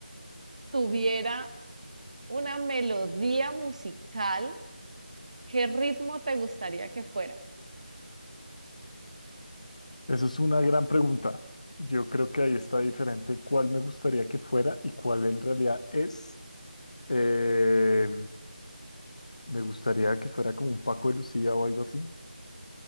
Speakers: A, on the right (about 45°); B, on the left (about 50°).
A: tuviera una melodía musical, ¿qué ritmo te gustaría que fuera?
B: Eso es una gran pregunta. Yo creo que ahí está diferente cuál me gustaría que fuera y cuál en realidad es. Eh, me gustaría que fuera como un Paco de Lucía o algo así.